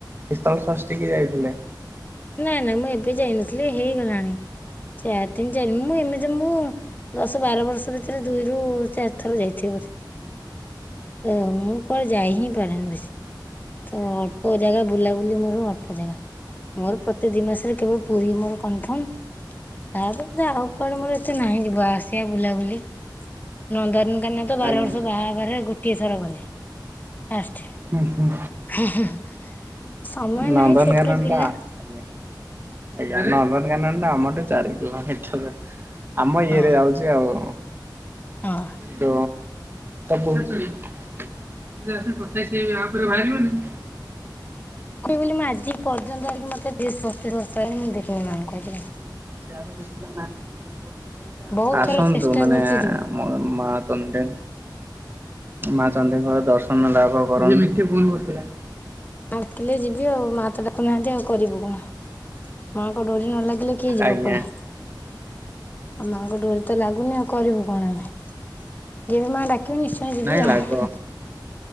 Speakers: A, on the right (about 30°); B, on the left (about 25°).
A: ଶୀତଳ ଷଷ୍ଠୀ କି ଯାଇଥିଲେ?
B: ନାଇଁ, ନାଇଁ। ମୁଁ ଏବେ ଯାଇନଥିଲି। ହେଇଗଲାଣି ଚାରି-ତିନି-ଚାରି ମୁଁ ଏମିତି ମୁଁ ଦଶ-ବାର ବର୍ଷ ଭିତରେ, ଦୁଇରୁ ଚାରି ଥର ଯାଇଥିବି ବୋଧେ। ଓ, ମୁଁ କୁଆଡେ ଯାଇ ହିଁ ପାରେନି ବେଶି। ତ, ଅଳ୍ପ ଜାଗା ବୁଲାବୁଲି, ମୋର ଅଳ୍ପ ଜାଗା। ମୋର ପ୍ରତି ଦି ମାସରେ, କେବଳ ପୁରୀ ମୋର କନଫର୍ମ। ତାପ, ଆଉ କୁଆଡେ ମୋର ଏତେ ନାହିଁ, ଯିବା ଆସିବା, ବୁଲାବୁଲି। ନନ୍ଦନକାନନ ତ, ବାର
A: ଆଜ୍ଞା
B: ବର୍ଷ ବାହାଘରେ, ଗୋଟିଏ ଥର ଗଲି, ଫାଷ୍ଟ।
A: ହୁଁ, ହୁଁ।
B: ହ-ହ, ସମୟ
A: ନନ୍ଦନକାନନ
B: ନାହିଁ, ଛୋଟ ପିଲା।
A: ଟା ଆଜ୍ଞା, ଆଜ୍ଞା। ନନ୍ଦନକାନନ ଟା ଆମଠୁ ଚାରି କିଲୋମିଟର ଆମ ଇଏରେ
B: ହଁ
A: ଯାଉଛି ଆଉ।
B: ହଁ
A: ତ <unintelligible> <unintelligible> ଆ ପରେ ବାହାରିବନି।
B: କହିବ ବୋଲି, ମୁଁ ଆଜି ପର୍ଯ୍ୟନ୍ତ ଆଣିକି, ମତେ-ସ- ସତେଇଶ ବର୍ଷ ହେଲାଣି। ମୁଁ ଦେଖିନି ଏମାନଙ୍କୁ ଆଜି ଯାଏଁ।
A: <unintelligible>
B: ବହୁତ
A: ଆସନ୍ତୁ
B: ଥର ଚେଷ୍ଟା
A: ମାନେ
B: କରିଛି ଯିବି
A: ମୋ ମା ଚଣ୍ଡି। ମା ଚଣ୍ଡୀଙ୍କର ଦର୍ଶନ ଲାଭ କରନ୍ତୁ।
B: ଡ଼ାକିଲେ ଯିବି ଆଉ। ମା ତ ଡ଼ାକୁନାହାନ୍ତି, ଆଉ କରିବୁ କଣ? ମାଙ୍କ ଡୋରି ନ ଲାଗିଲେ, କିଏ ଯିବ
A: ଆଜ୍ଞା।
B: କୁଆଡେ? ଆଉ ମାଆଙ୍କ ଡୋରି ତ ଲାଗୁନି, ଆଉ କରିବୁ କଣ ଆମେ? ଯେବେ ମାଆ ଡାକିବେ, ନିଶ୍ଚୟ ଯିବି
A: ନାଇଁ ଲାଗ
B: ଆଉ।